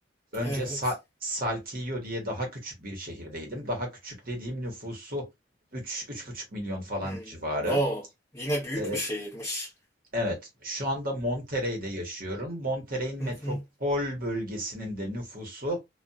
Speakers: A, on the right; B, on the left.
A: Önce
B: Evet.
A: Sa- Saltillo diye daha küçük bir şehirdeydim. Daha küçük dediğim nüfusu 3 3,5 milyon falan
B: Hmm.
A: civarı.
B: Oo, yine büyük
A: Ee,
B: bir şehirmiş.
A: evet, şu anda Monterrey'de yaşıyorum. Monterrey'in metropol
B: Hı hı.
A: bölgesinin de nüfusu